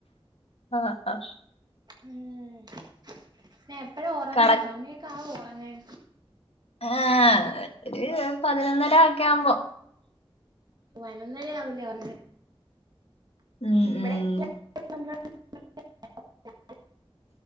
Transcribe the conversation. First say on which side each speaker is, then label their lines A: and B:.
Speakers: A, on the left; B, on the right.
A: ആഹ് ആഹ്
B: ഉം എപ്പഴാ ഉറങ്ങാ
A: കട
B: സമയൊക്കെ ആവോ ഉറങ്ങാൻ
A: ആ ഒരു പതിനൊന്നര ഒക്കേ ആവുമ്പോ
B: പതിനൊന്നരയാവൂലേ ഒർങ്ങാൻ <unintelligible>
A: ഉം ഉം